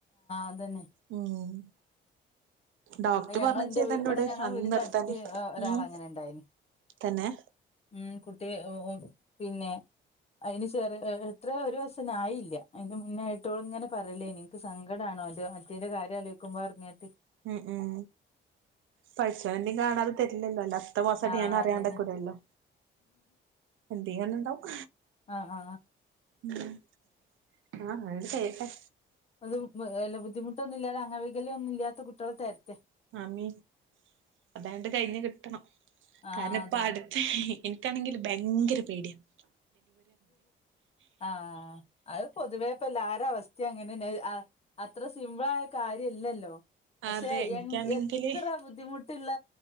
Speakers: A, on the left; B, on the right.
A: അതന്നെ
B: ഉം ഡോക്ടർ
A: ഞങ്ങള്
B: പറഞ്ഞ
A: എന്റെ
B: ചെയ്തന്നോട്
A: വീ- ഇവിടെ ഞങ്ങളെ
B: അന്ന്
A: വീടിന്റെ
B: നിർത്താന്
A: അടുത്ത് ഒരാള്
B: ഉം
A: അങ്ങനെ ഉണ്ടായിന്
B: തന്നെ
A: ഉം കുട്ടി ഉം ഉം പിന്നെ അതിന് ചെറിയ എത്ര ഒരു വയസ്സന്നെ ആയില്ല അതിന്റെ മുന്നായിട്ടോളു ഇങ്ങനെ പറയില്ലേ നിനിക്ക് സങ്കടമാണ് ആ മറ്റേന്റെ കാര്യാലോയിക്കുമ്പോൾ <unintelligible>
B: ഉം ഉം പടച്ചോനൊന്നും കാണാതെ തരില്ലല്ലോ അല്ലേ അടുത്ത മാസം
A: ആഹ്
B: ഞാൻ അറിയാണ്ടക്കൂലല്ലോ
A: അതന്നെ
B: എന്തങ്ങനണ്ടാവും
A: ആ ആ ആ
B: ആഹ് അവര് ചെയ്യട്ടെ
A: അത് ബുദ്ധിമുട്ടൊന്നും ഇല്ലാ അംഗവൈകല്യ ഒന്നും ഇല്ലാത്ത കുട്ടികളെ തരെ
B: ആമീൻ അതാണ്ട് കഴിഞ്ഞു കിട്ടണം
A: ആഹ്
B: കാരണം ഇപ്പ
A: അതന്നെ
B: അടുത്ത് എനിക്കാണെങ്കിൽ ഭയങ്കര പേടിയാണ്
A: ആ അത് പൊതുവേപ്പെല്ലാരെ അവസ്ഥ അങ്ങനെന്നേ അ അത്ര സിമ്പിൾ ആയ കാര്യം അല്ലല്ലോ പക്ഷെ
B: അതെ എനിക്കാണെങ്കില്
A: എ എത്ര ബുദ്ധിമുട്ടില്ല